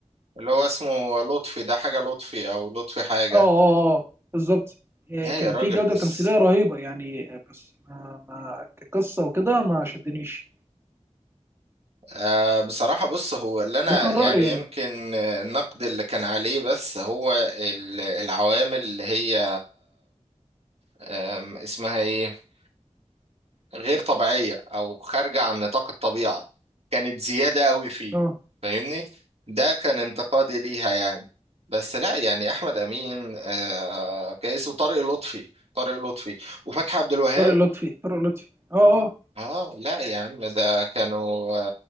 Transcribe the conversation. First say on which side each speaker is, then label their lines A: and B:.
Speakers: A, on the right; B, on the right.
A: اللي هو اسمه لطفي ده حاجة لطفي او لطفي حاجة
B: آه آه آه آه، بالظبط آه،
A: لا
B: كان
A: يا راجل
B: في جودة
A: بس
B: تمثيلية رهيبة يعني آه، بس ما ما كقصة وكده ما شدنيش
A: آه بصراحة بص هو اللي انا
B: ده كان
A: يعني
B: رأيي يعني
A: يمكن آه، النقد اللي كان عليه بس هو ال- العوامل اللي هي آم، اسمها ايه غير طبيعية أو خارجة عن نطاق الطبيعة كانت زيادة أوي فيه
B: آه
A: فاهمني ده كان انتقادي ليها يعني بس لا يعني أحمد أمين آه كيس وطارق لطفي طارق لطفي وفتحي عبد الوهاب
B: طارق لطفي طارق لطفي آه آه،
A: اه لا يا عم ده كانوا